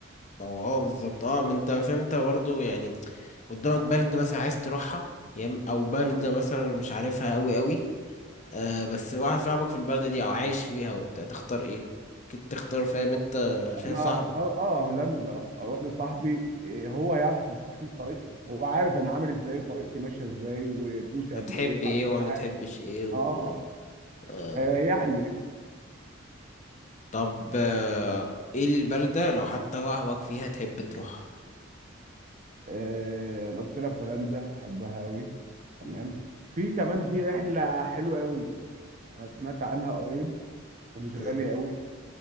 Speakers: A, on the left; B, on the right.
A: اه اه بالظبط اه ما انت فاهم انت برضو يعني قدامك بلد مثلا عايز تروحها يا إما- او بلد
B: اه
A: مثلا مش عارفها قوي قوي آه بس واحد صاحبك في البلدة دي او عايش فيها وبتاع تختار ايه اكيد تختار فاهم انت شايف
B: انا
A: صاحبك
B: اه آه، هولندا اروح لصاحبي إيه، هو هيعرف يفسحني بطريقتي هو عارف انا عامل ازاي وطريقتي ماشيه ازاي وفلوسي
A: هتحب
B: قد ايه
A: ايه
B: وعارف
A: وما
B: كل حاجه
A: تحبش ايه وكده
B: اه آه.
A: آه
B: هيريحني
A: طب آه ايه البلدة لو حتى صاحبك فيها تحب تروحها
B: آه، انا قلت لك هولندا احبها قوي تمام
A: م-
B: في كمان في رحله حلوه قوي انا سمعت عنها قريب ومش غالية
A: م-
B: قوي